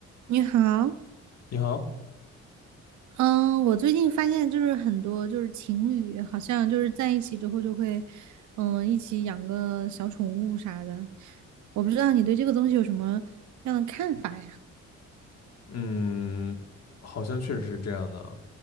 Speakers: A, on the right; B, on the left.
A: 你好，
B: 你好，
A: 嗯，我最近发现就是很多就是情侣好像就是在一起之后就会，嗯，一起养个小宠物啥的。我不知道你对这个东西有什么样的看法呀？
B: 嗯，好像确实是这样的啊